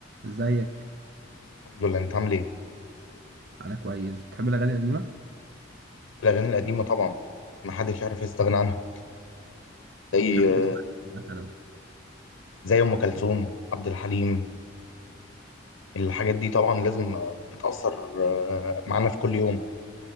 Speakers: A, on the right; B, on the left.
A: ازيك
B: الحمد لله انت عامل ايه؟
A: انا كويس بتحب الاغاني القديمه
B: الاغاني القديمه طبعا ما حدش يعرف يستغنى عنها
A: بتحب
B: زي
A: تسمع إيه مثلا
B: زي ام كلثوم عبد الحليم الحاجات دي طبعا لازم بتاثر آه، معانا في كل يوم